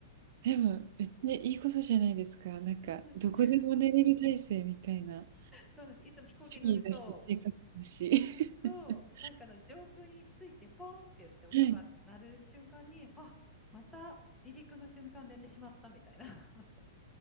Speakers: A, on the right; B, in the centre.
A: でも、別にいいことじゃないですか。なんか、
B: そうなんです。
A: どこでも寝れる体制みたいな、
B: <laughs> そうなんです。いつも飛行機乗ると、
A: 趣味だし、生活だし。
B: そう、
A: <laughs>
B: なんかあの上空についてポーンって言って音が鳴る瞬間に、
A: はい、はい。
B: あ、また離陸の瞬間寝てしまったみたいな。